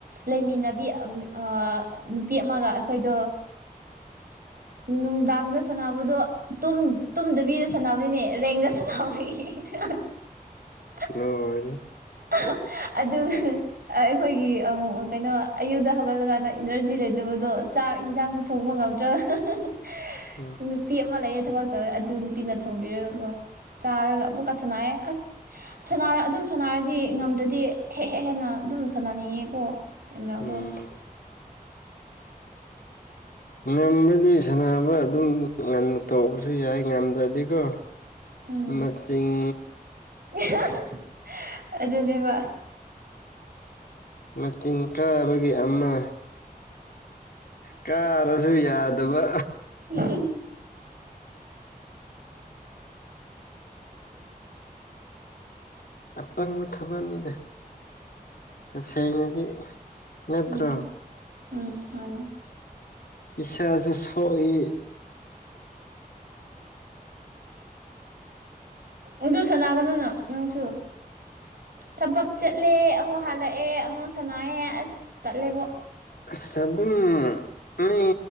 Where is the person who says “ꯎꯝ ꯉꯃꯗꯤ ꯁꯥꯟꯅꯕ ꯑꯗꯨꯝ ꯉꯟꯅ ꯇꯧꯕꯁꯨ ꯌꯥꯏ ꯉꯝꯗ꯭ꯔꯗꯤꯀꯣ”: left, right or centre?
Left